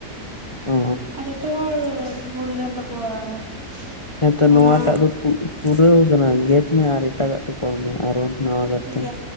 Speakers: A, on the left (about 25°); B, on the right (about 65°).
A: ᱚ
B: ᱟᱨ ᱡᱚᱛᱚ ᱵᱷᱩᱞ ᱞᱮᱱ ᱛᱟᱠᱚᱣᱟ᱾ <unintelligible>
A: ᱦᱮᱸᱛᱚ
B: ᱚᱱᱟ
A: ᱱᱚᱣᱟᱴᱟᱜ ᱫᱚ? <unintelligible> ᱯᱩᱨᱟᱹᱣ ᱟᱠᱟᱱᱟ ᱜᱮᱫ ᱢᱮ ᱟᱨ ᱮᱴᱟᱜᱟ ᱛᱮ ᱠᱚᱞ ᱢᱮ ᱟᱨᱚ ᱱᱟᱣᱟ ᱜᱟᱨ
B: ᱴᱷᱤᱠ
A: ᱛᱮ,
B: ᱜᱮᱭᱟ
A: <inaudible>